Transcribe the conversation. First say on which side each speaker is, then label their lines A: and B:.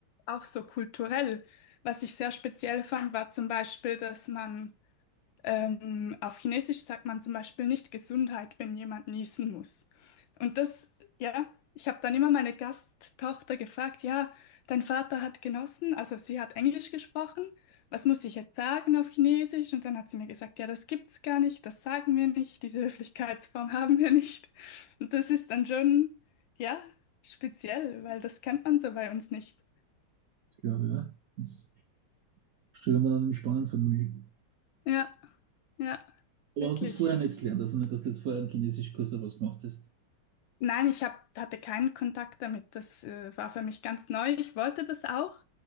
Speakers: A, on the left; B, on the right.
A: auch so kulturell. Was ich sehr speziell fand, war zum Beispiel, dass man Ähm, auf Chinesisch sagt man zum Beispiel nicht Gesundheit, wenn jemand niesen muss. Und das, ja, ich habe dann immer meine Gasttochter gefragt, ja, dein Vater hat genossen, also sie hat Englisch gesprochen, was muss ich jetzt sagen auf Chinesisch? Und dann hat sie mir gesagt, ja, das gibt's gar nicht, das sagen wir nicht, diese Höflichkeitsform <laughs> haben wir nicht. Und das ist dann schon, ja, speziell, weil das kennt man so bei uns nicht.
B: das glaube ich, ja. Das stelle ich mir dann spannend vor. Mich.
A: Ja, ja, wirklich.
B: Aber hast du das vorher nicht gelernt, also nicht, dass du jetzt vorher einen Chinesischkurs oder was gemacht hast?
A: Nein, ich hab, hatte keinen Kontakt damit. Das äh, war für mich ganz neu. Ich wollte das auch,